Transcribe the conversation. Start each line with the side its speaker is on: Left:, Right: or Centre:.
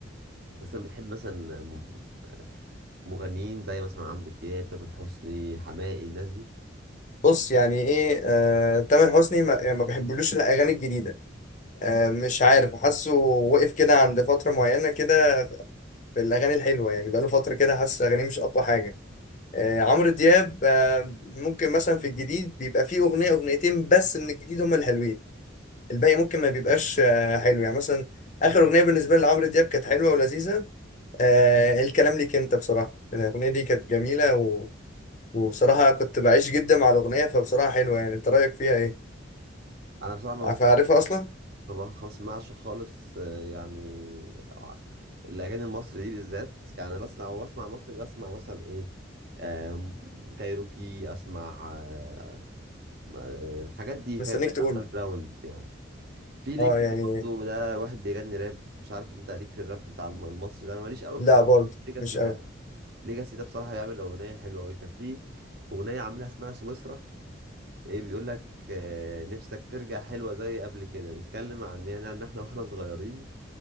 Right: مثلا بتحب مثلا م- مغنيين زي مثلا عمرو دياب تامر حسني حماقي الناس دي
Left: بص يعني ايه آه، تامر حسني ما, يعني ما بحبلوش الاغاني الجديده آه، مش عارف حاسه وقف كده عند فتره معينه كده بالاغاني الحلوه يعني بقاله فتره كده حاسس اغانيه مش اقوى حاجه آه، عمرو دياب آه، ممكن مثلا في الجديد بيبقى فيه اغنيه اغنيتين بس من الجديد هم الحلوين الباقي ممكن ما بيبقاش آه، حلو يعني مثلا اخر اغنيه بالنسبه لي لعمرو دياب كانت حلوه ولذيذه آه، الكلام ليك انت بصراحه الاغنيه دي كانت جميله و... وبصراحه كنت بعيش جدا مع الاغنيه فبصراحه حلوه يعني انت رايك فيها ايه
Right: انا بصراحه ما
Left: عارفها
Right: بس-
Left: اصلا
Right: انا ما بسمعش خالص آه، يعني ع- الاغاني المصري دي بالذات يعني انا بس لو بسمع مصري بسمع مثلا ايه آم، كايروكي اسمع آه، آه، الحاجات دي فاهم
Left: مستنيك تقول
Right: اندر جراوند يعني في ليجاسي
Left: اه يعني
Right: برضه ده واحد بيغني راب مش عارف انت ليك في الراب بتاع الم- المصري ده انا ماليش قوي
Left: لا
Right: بصراحه
Left: برضه
Right: في ليجاسي
Left: مش
Right: ده
Left: قوي
Right: ليجاسي ده بصراحه بيعمل اغنيه حلوه قوي كان في اغنيه عاملها اسمها سويسرا ايه بيقول لك آه، نفسك ترجع حلوة زي قبل كده بيتكلم عن يعني ان احنا واحنا صغيرين